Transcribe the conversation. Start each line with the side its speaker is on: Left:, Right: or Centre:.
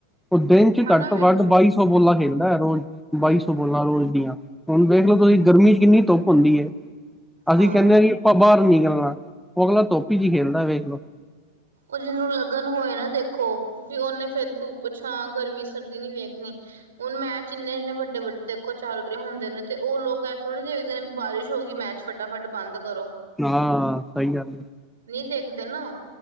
Centre: ਉਹ ਦਿਨ ਚ
Right: ਹਨਾ
Centre: ਘੱਟ ਤੋਂ
Right: ਵੀ
Centre: ਘੱਟ ਬਾਈ ਸੌ ਬੋਲਲਾ ਖੇਲਦਾ ਐ, ਰੋਜ਼
Right: ਹੂੰ
Centre: ਬਾਈ ਸੌ ਬੋਲਾਂ ਰੋਜ਼ ਦੀਆਂ। ਹੁਣ ਵੇਖ ਲੋ ਤੁਸੀਂ ਗਰਮੀ ਚ ਕਿੰਨੀ ਧੁੱਪ ਹੁੰਦੀ ਏ, ਅਸੀਂ
Right: ਹਾਂ
Centre: ਕਹਿਨੇ ਆ ਕਿ ਆਪਾਂ ਬਾਹਰ ਨਿਕਲਣਾ, ਉਹ ਅਗਲਾ ਧਪ ਚ ਹੀ ਖੇਡਦਾ ਵੇਖਲੋ,
Right: ਉਹ ਜਿਹਨੂੰ ਲੱਗਣ ਹੋਏ ਨਾ ਦੇਖੋ ਉਹਨੇ ਫੇਰ ਧੁੱਪ-ਛਾ, ਗਰਮੀ-ਸਰਦੀ ਨੀ ਵੇਖਣੀ। ਹੁਣ ਮੈਚ ਇੰਨੇ-ਇੰਨੇ, ਵੱਡੇ-ਵੱਡੇ ਦੇਖੋ ਚੱਲ ਰਹੇ ਹੁੰਦੇ ਨੇ, ਤੇ ਉਹ ਲੋਕ ਇਹ ਥੋੜ੍ਹੀ ਦੇਖਦੇ ਨੇ ਵੀ ਬਾਰਿਸ਼ ਹੋ ਗਈ ਮੈਚ ਫਟਾਫਟ ਬੰਦ ਕਰੋ।
Centre: ਹਾਂ, ਸਹੀ ਗੱਲ ਐ।
Right: ਨਹੀਂ ਦੇਖਦੇ ਨਾ ਉਹ,